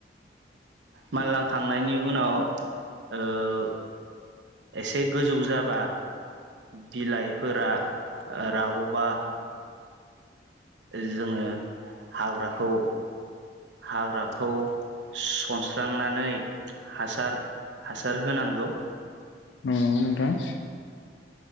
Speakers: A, on the right; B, on the left.
A: मानला खांनायनि उनाव ओ एसे गोजौ जाबा बिलाइफोरा रागबा। जोङो हाग्राखौ हाग्राखौ सनस्रांनानै हासार हासार होनांगौ
B: औ नंगौ नोंथां।